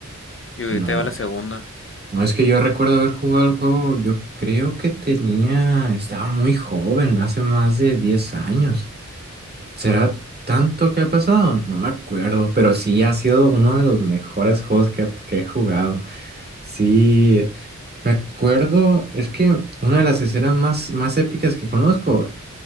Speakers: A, on the left; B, on the right.
A: Y ahorita
B: No,
A: va la segunda.
B: no es que yo recuerdo haber jugado el juego, yo creo que tenía, estaba muy joven, hace más de 10 años. ¿Será tanto que ha pasado? No me acuerdo, pero sí ha sido uno de los mejores juegos que, que he jugado. Sí, me acuerdo, es que una de las escenas más, más épicas que conozco